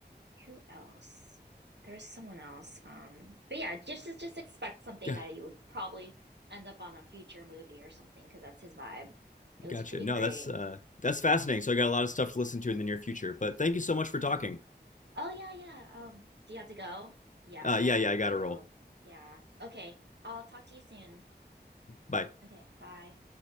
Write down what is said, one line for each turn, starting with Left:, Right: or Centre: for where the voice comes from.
Right: who else? There was someone else. Um but yeah, just just just expect something
Left: G-
Right: that you would probably end up on a future movie or something because that's his vibe. It was
Left: gotcha.
Right: pretty
Left: No,
Right: great.
Left: that's uh, that's fascinating. So I got a lot of stuff to listen to in the near future. But thank you so much for talking.
Right: Yeah. Oh yeah, yeah. Um, do you have to go? Yeah,
Left: Uh,
Right: I have
Left: yeah,
Right: to
Left: yeah,
Right: go
Left: I gotta
Right: too.
Left: roll.
Right: Yeah. Okay, I'll talk to you soon.
Left: Bye.
Right: Okay, bye.